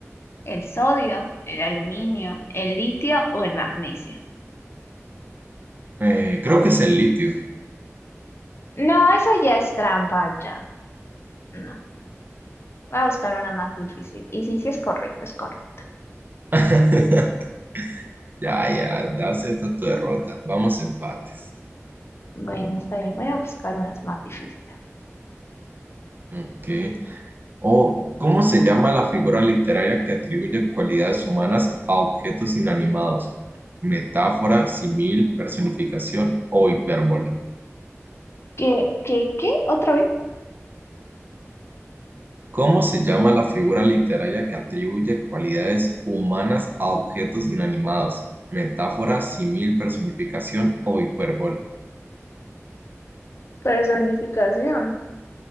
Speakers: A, on the left (about 55°); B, on the right (about 40°).
A: ¿El sodio, el aluminio, el litio o el magnesio?
B: Eh, creo que es el litio.
A: No, eso ya es trampa, ya. No, voy a buscar una más difícil. Y sí, sí es correcto, es correcto.
B: <laughs> Ya, ya, ya acepta tu derrota. Vamos empates.
A: Bueno, está bien, voy a buscar unas más difíciles.
B: Ok. Oh, ¿cómo se llama la figura literaria que atribuye cualidades humanas a objetos inanimados? Metáfora, símil, personificación o hipérbole.
A: ¿Qué, qué, qué? ¿Otra vez?
B: ¿Cómo se llama la figura literaria que atribuye cualidades humanas a objetos inanimados? Metáfora, símil, personificación o hipérbole.
A: Personificación.